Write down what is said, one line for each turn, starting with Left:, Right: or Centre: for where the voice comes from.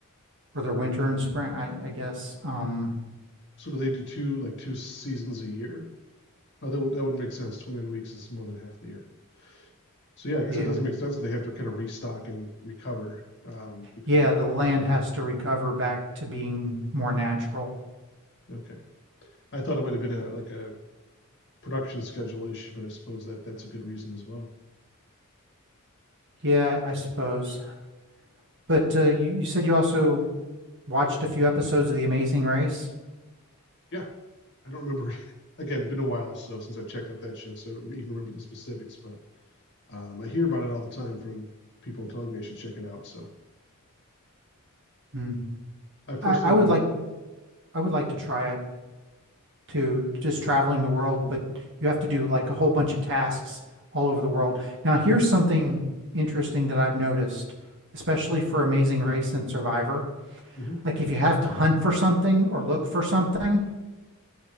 Right: or their winter and spring, I, I guess. Um,
Left: So do they do two like two seasons a year? Oh, that would that would make sense. Twenty nine weeks is more than half the year. So yeah, I guess
Right: yeah.
Left: it doesn't make sense that they have to kind of restock and recover um, between
Right: Yeah,
Left: each.
Right: the land has to recover back to being more natural.
Left: Okay. I thought it might have been a like a production schedule issue, but I suppose that that's a good reason as well.
Right: Yeah, I suppose. But uh, you, you said you also watched a few episodes of The Amazing Race.
Left: Yeah, I don't remember. <laughs> Again, been a while so since I've checked out that show, so I don't even remember the specifics. But um, I hear about it all the time from people telling me I should check it out. So
Right: Hmm.
Left: I've personally
Right: I, I would
Left: been
Right: like I would like to try it. to just traveling the world, but you have to do like a whole bunch of tasks all over the world. Now, here's something interesting that I've noticed, especially for Amazing Race and Survivor.
Left: mhm,
Right: Like if you have to hunt for something or look for something,